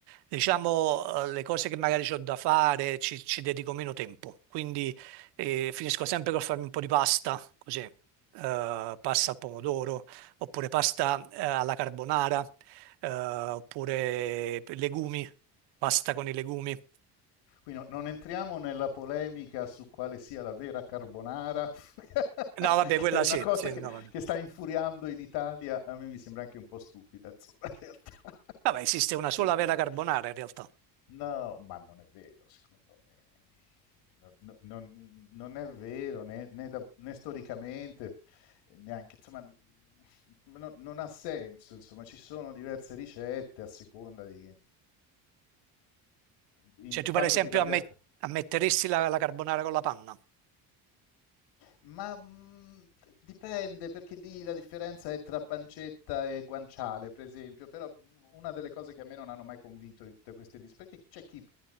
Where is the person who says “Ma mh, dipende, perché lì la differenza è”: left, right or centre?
Left